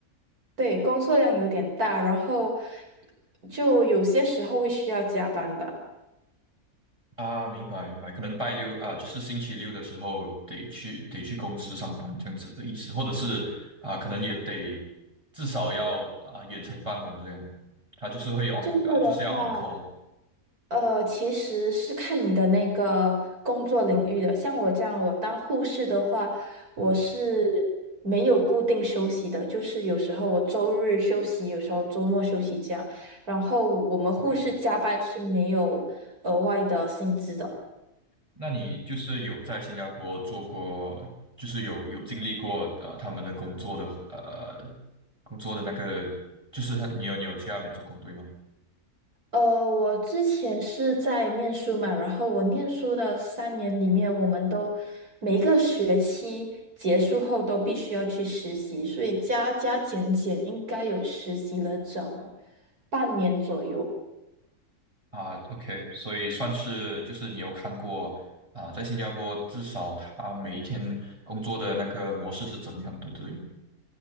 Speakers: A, on the right; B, on the right.
A: 对，工作量有点大，然后就有些时候会需要加班吧。
B: 啊，明白明白，可能拜六啊，就是星期六的时候得去得去公司上班这样子的意思，或者是啊，可能也得至少要啊远程办公这样，他就是会 on
A: 这个的话。
B: 啊，就是要 on call。
A: 呃，其实是看你的那个工作领域的。像我这样，我当护士的话，我是没有固定休息的，
B: 嗯
A: 就是有时候我周日休息，有时候周末休息这样。然后我们护士加班是没有额外的薪资的。
B: ，OK，那你就是有在新加坡做过，就是有有经历过呃他们的工作的呃工作的那个，就是他你有你有去那边做工对吗？
A: 呃，我之前是在念书嘛，然后我念书的三年里面，我们都每一个学期结束后都必须要去实习，所以加加减减应该有实习了整半年左右。
B: 啊，OK，所以算是就是你有看过啊，在新加坡至少他每一天工作的那个模式是怎样的，对吗？